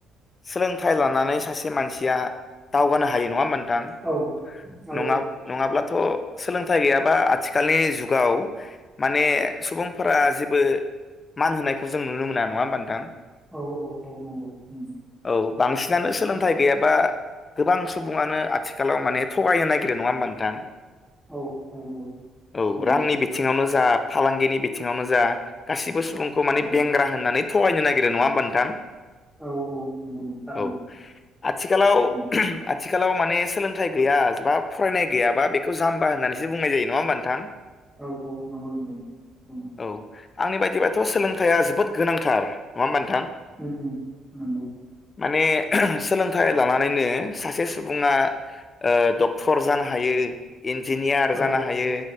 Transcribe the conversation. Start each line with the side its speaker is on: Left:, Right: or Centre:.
Left: सोलोंथाइ लानानै सासे मानसिया दावगानो हायो नङा होनबा नोंथां। दा़
Centre: औ औ
Left: नङा नङाब्लाथ सोलोंथाइ गैयाबा आथिखालनि जुगाव माने सुबुंफोरा जे बो मान होनायखौ जों नुनो मोना नङा होमबा नोंथां।
Centre: औ औ औ <unintelligible> नंगौ ओम
Left: औ बांसिनानो सोलोंथाइ गैयाबा गोबां सुबुङानो आथिखालाव माने थगायनो नागिरो नङा होमबा नोंथां।
Centre: औ औ
Left: औ
Centre: नंगौ
Left: रांनि बिथिङावनो जा फालांगिनि बिथिङावनो जा गासिबो सुबुंखौ माने
Centre: औ
Left: बेंग्रा होननानै थगायनो नागिरो नङा होमबा नोंथां।
Centre: औ नंगौ नंगौ थारैनो
Left: औ आथिखालाव
Centre: उम
Left: आथिखालाव माने सोलोंथाइ गैया बा फरायनाय गैयाबा बेखौ जाम्बा होननानैसो बुंनाय जायो नङा होमबा नोंथां‌।
Centre: औ औ नंगौ नंगौ उम
Left: औ आंनि बायदिबाथ सोलोंथाइया जोबोद गोनांथ थार नङा होनबा नों
Centre: ओम ओम नोंगौ।
Left: माने सोलोंथाइ लानानैनो सासे सुबुङा ओ डक्टर जानो हायो। इन्जिनियार
Centre: औ
Left: जानो हायो